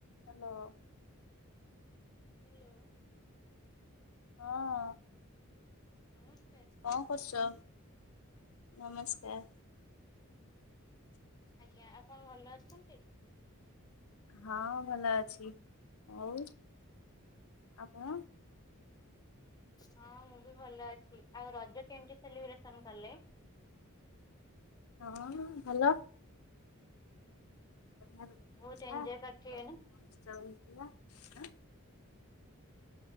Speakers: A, on the left; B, on the left.
A: Hello.
B: Hello.
A: ହଁ।
B: ନମସ୍କାର।
A: କଣ କରୁଛ ନମସ୍କାର।
B: ଆଜ୍ଞା ଆପଣ ଭଲ ଅଛନ୍ତି।
A: ହଁ ଭଲ ଅଛି ହଉ ଆଉ ମୁଁ।
B: ହଁ ମୁଁ ବି ଭଲ ଅଛି ଆଉ ରଜ କେମିତି ସେଲିବ୍ରେସନ କଲେ।
A: ହଁ ହାଲୋ। <unintelligible>
B: ବହୁତ ଏଞ୍ଜୟ କରିଥିବେ ନା?